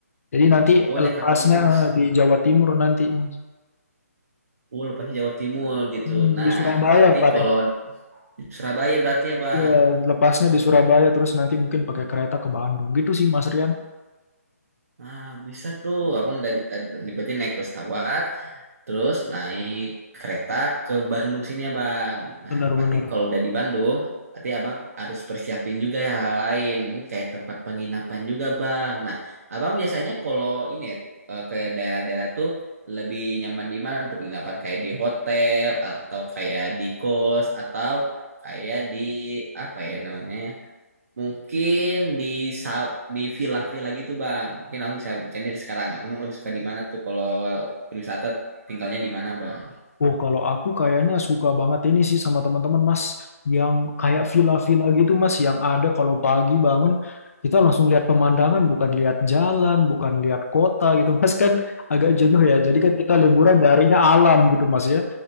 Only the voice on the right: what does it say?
Oh naik
kapal juga bisa.
Oh lu pasti Jawa Timur gitu.
Nah
berarti
kalau di Surabaya berarti ya bang.
Hmm.
Nah bisa tuh abang dari tadi berarti naik pesawat. Terus naik kereta ke Bandung sini ya Bang. Nah,
berarti kalau udah di Bandung, berarti Abang harus persiapin juga ya hal lain. Mungkin kayak tempat penginapan juga Bang. Nah, Abang biasanya kalau ini ya, eh, ke daerah-daerah tuh lebih nyaman di mana untuk penginapan? Kayak di hotel, atau kayak di kos, atau kayak di apa ya namanya? Mungkin di sa- di villa-villa gitu Bang. Mungkin aku bisa bercanda sekarang. nggak Abang lebih suka di mana tuh kalau berwisata tinggalnya di mana Bang?